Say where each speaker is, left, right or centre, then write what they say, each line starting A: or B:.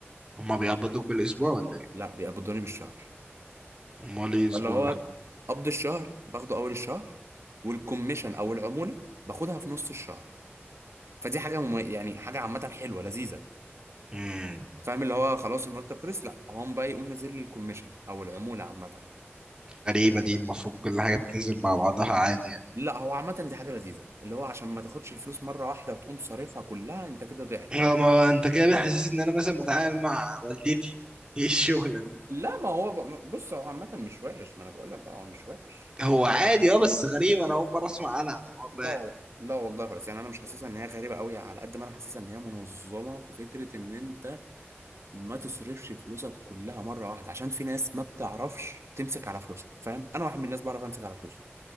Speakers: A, on the right; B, on the right.
A: هما بيقبضوك بالاسبوع ولا
B: لا بيقبضوني بالشهر
A: ايه؟ امال ايه الاسبوع
B: ولا هو
A: ده؟
B: قبض الشهر باخده اول الشهر والكوميشن او العمولة باخدها في نص الشهر فدي حاجة مم... يعني حاجة عامة حلوة لذيذة
A: امم
B: فاهم اللي هو خلاص المرتب خلص لا هو قام بقى يقوم نازل لي الكوميشن او العمولة عامة
A: غريبة دي المفروض كل حاجة بتنزل مع بعضها عادي يعني
B: لا هو عامة دي حاجة لذيذة اللي هو عشان ما تاخدش الفلوس مرة واحدة وتقوم صارفها كلها انت كده ضيعت
A: اه ما هو انت كده بيحسسني ان انا مثلا بتعامل مع والدتي ايه الشغلة دي؟
B: لا ما هو ب- بص هو عامة مش وحش ما انا بقول لك بقى هو مش وحش
A: هو
B: فاهم
A: عادي اه بس غريب انا اول مرة اسمع انا عن الحوار
B: لا
A: ده يعني.
B: لا والله خالص يعني انا مش حاسسها ان هي غريبة قوي على قد ما انا حاسسها ان هي منظمة في فكرة ان انت ما تصرفش فلوسك كلها مرة واحدة عشان في ناس ما بتعرفش تمسك على فلوسها فاهم انا واحد من الناس بعرف امسك على فلوسي